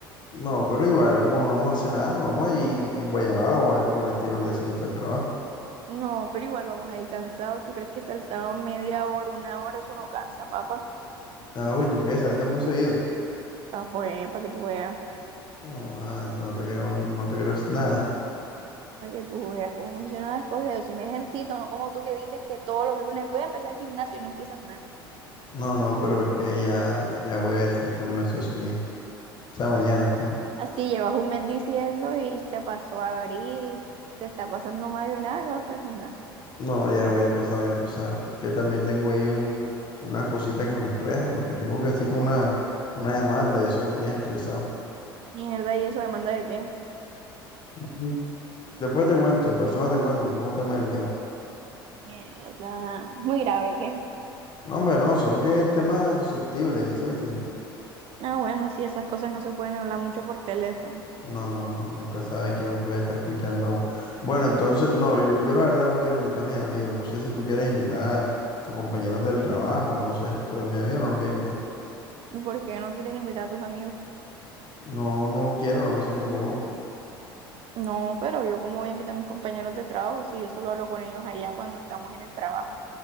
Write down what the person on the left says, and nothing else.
No, pero igual, como no vamos a hacer nada, nos vamos a ir en Guayabao o algo por el estilo el día siguiente del trabajo.
Ah, uy, ¿tú qué? ¿Saltas muy seguido?
No, ah, no te creo, no te creo nada.
No, no, pero es que ya, ya voy a ver si este lunes sí o sí inicio. O sea, mañana. <laughs>
No, ya voy a empezar, voy a empezar. Que también tengo ahí un, unas cositas que me estresan, porque tengo que así como una, una demanda y eso me tiene estresado.
Ujú. Después te cuento, en persona te cuento, porque es un tema delicado.
No, hombre, no, solo que es tema susceptible, ¿sí me entiendes?
No, no, no, nunca sabe quién fue, está escuchando. aún. Bueno, entonces, no, yo, yo la verdad no quiero invitar a mis amigos. No sé si tú quieres invitar a tus compañeros del trabajo, no sé, pero a mis amigos no los voy a invitar.
No, no quiero, no me siento cómodo.